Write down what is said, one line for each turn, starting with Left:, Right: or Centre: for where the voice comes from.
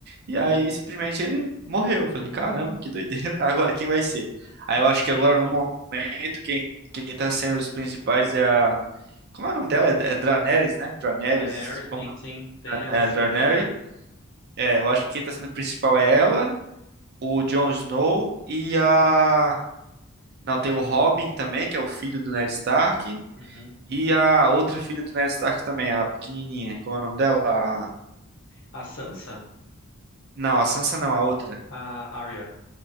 Right: e
Left: Uhum.
Right: aí simplesmente ele morreu. Eu falei, caramba, que doideira, <laughs> agora quem vai ser? Aí eu acho que
Left: Isso.
Right: agora no momento, quem, quem tá sendo os principais é a. Como é o nome dela? É, é Draneris, né? Draneris.
Left: Daenerys,
Right: Como
Left: sim, sim. Tem ela,
Right: é,
Left: sim,
Right: Draneris.
Left: Daenerys.
Right: É, eu acho que quem tá sendo principal é ela, o Jon Snow e a. Não, tem o Robin também, que é o filho do Ned Stark.
Left: Uhum.
Right: E a outra filha do Ned Stark também, a pequenininha. Como é o nome dela? A-
Left: A Sansa?
Right: Não, a Sansa não, a outra.
Left: A Arya.